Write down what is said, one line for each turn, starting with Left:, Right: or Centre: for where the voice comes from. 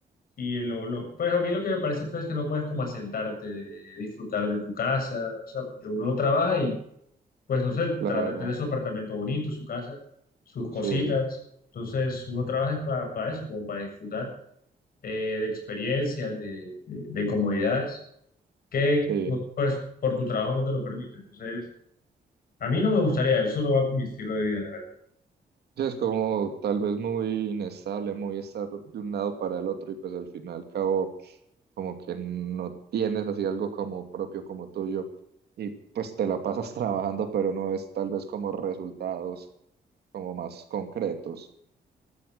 Left: y, y lo, lo- pues a mí lo que me parece feo es que no puedes como asentarte, eh, disfrutar de tu casa, o sea, porque uno trabaja y pues no sé,
Right: claro,
Left: trata de tener su apartamento bonito, su casa, sus cositas.
Right: sí,
Left: Entonces uno trabaja para, para eso, como para disfrutar eh, de experiencias, de, de, de comodidades, que
Right: sí.
Left: no, pues, por tu trabajo no te lo permite. Entonces... A mí no me gustaría, eso no va con mi estilo de vida.
Right: Sí, es como tal vez muy inestable, muy estar de un lado para el otro y pues al final al cabo como que no tienes así algo como propio, como tuyo y pues te la pasas <laughs> trabajando pero no es tal vez como resultados como más concretos.